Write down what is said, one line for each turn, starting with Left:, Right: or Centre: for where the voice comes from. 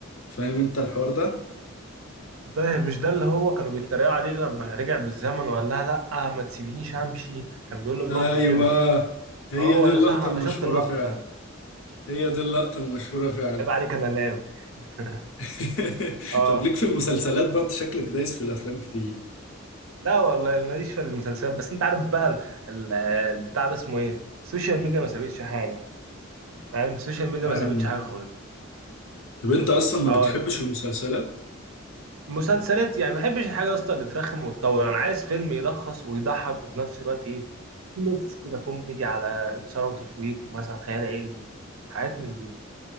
Left: فاهم أنت الحوار ده؟
Right: فاهم مش ده اللي هو كانوا بيتريقوا عليه لما رجع بالزمن وقال لها لا ما تسيبينيش امشي كان بيقول لمراته
Left: أيوه
Right: كده
Left: هي
Right: هو
Left: دي
Right: ده
Left: اللقطة
Right: صح انا
Left: المشهورة
Right: شفت اللقطة
Left: فعلا هي دي اللقطة المشهورة فعلا
Right: عيب عليك انا لام <laughs>
Left: <laughs>
Right: اه
Left: طب ليك في المسلسلات بقى أنت شكلك دايس في الأفلام كتير
Right: لا والله ماليش في المسلسلات بس انت عارف بقى ال- ال- البتاع ده اسمه ايه السوشيال ميديا ما سابتش حاجه فاهم السوشيال ميديا
Left: اه
Right: ما
Left: يا
Right: سابتش
Left: عم
Right: حاجه خالص
Left: طب أنت أصلا ما
Right: اه
Left: بتحبش المسلسلات
Right: مسلسلات يعني ما بحبش الحاجه يا اسطى اللي ترخم وتطول انا عايز فيلم يلخص ويضحك وفي نفس الوقت ايه في ميكس كده كوميدي على اثاره وتشويق مثلا خيال علمي حاجات من دي